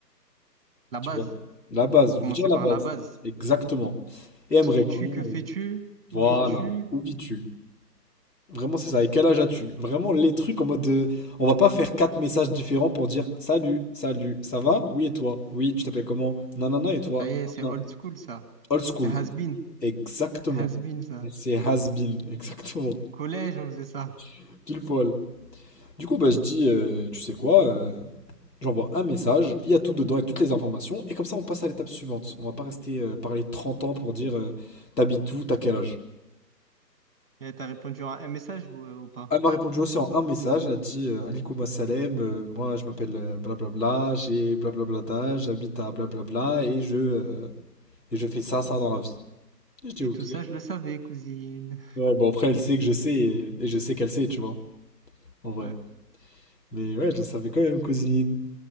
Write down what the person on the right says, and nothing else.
La
base.
Faut
commencer
par
la base.
Qui
es-tu? Que fais-tu?
Où
vis-tu?
Ça y est, c'est
old school, ça.
C'est has-been.
C'est has-been, ça.
Collège, on faisait ça.
Et t'as répondu à un message ou, euh, ou pas?
Et
tout ça, je le savais, cousine.
Ouais.